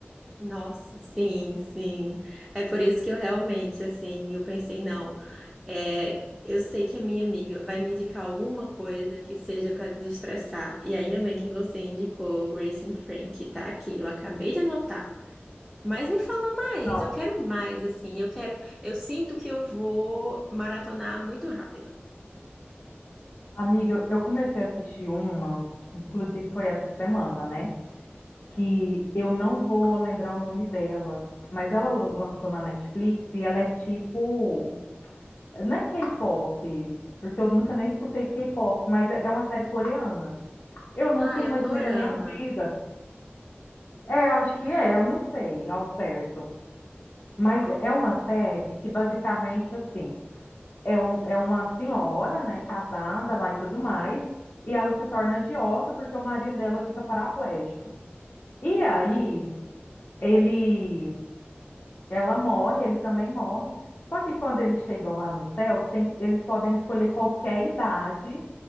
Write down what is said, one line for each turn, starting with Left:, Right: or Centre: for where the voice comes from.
Centre: nossa, sim, sim. É por isso que eu realmente, assim, eu pensei, não. É, eu sei que a minha amiga vai me indicar alguma coisa que seja para desestressar. E ainda bem que você indicou Grace and Frank, que tá aqui. Eu acabei de anotar. Mas me fala mais,
Left: Não,
Centre: eu quero mais, assim, eu quero, eu sinto que eu vou maratonar muito rápido.
Left: amiga, eu eu comecei a assistir uma, inclusive foi essa semana, né? que eu não vou lembrar o nome dela, mas ela lançou na Netflix e ela é tipo, não é K-pop, porque eu nunca nem escutei K-pop, mas é uma série coreana. Eu nunca
Centre: Ah, é
Left: imaginei
Centre: um dorama.
Left: na minha vida. É, eu acho que é, eu não sei ao certo. Mas é uma série que basicamente assim, é, um, é uma senhora, né, casada lá e tudo mais, e ela se torna agiota porque o marido dela fica paraplégico. E aí
Centre: Caramba.
Left: ele Ela morre, ele também morre. Só que quando eles chegam lá no céu, tem que- eles podem escolher qualquer idade